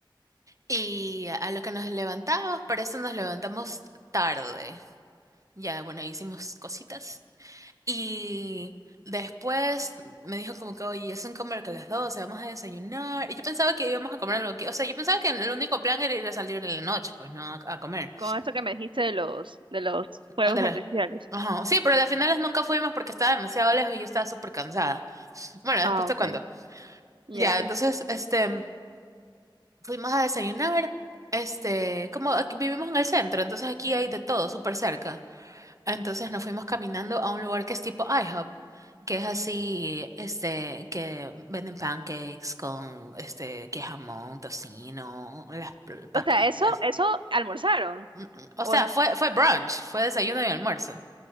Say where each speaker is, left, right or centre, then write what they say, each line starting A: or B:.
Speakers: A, on the right; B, on the right.
A: Y a lo que nos levantamos, para eso nos levantamos tarde. Ya, bueno, hicimos cositas. Y después me dijo como que, oye, son como que las 12, vamos a desayunar. Y yo pensaba que íbamos a comer algo que, o sea, yo pensaba que el único plan era ir a salir en la noche, pues no, a a comer.
B: Con esto que me dijiste de los, de los fuegos
A: Ándale.
B: artificiales.
A: Ajá. Sí, pero a las finales nunca fuimos porque estaba demasiado lejos y yo estaba súper cansada. Bueno,
B: Ah,
A: después te
B: ok.
A: cuento.
B: Ya,
A: Ya,
B: ya.
A: entonces, este, fuimos a desayunar. Este, como aquí vivimos en el centro, entonces aquí hay de todo súper cerca. Entonces nos fuimos caminando a un lugar que es tipo IHOP, que es así, este, que venden pancakes con, este, que jamón, tocino, las p- papitas.
B: O sea, eso, eso almorzaron.
A: Mm, mm. O
B: O,
A: sea, fue, fue brunch, fue desayuno y almuerzo.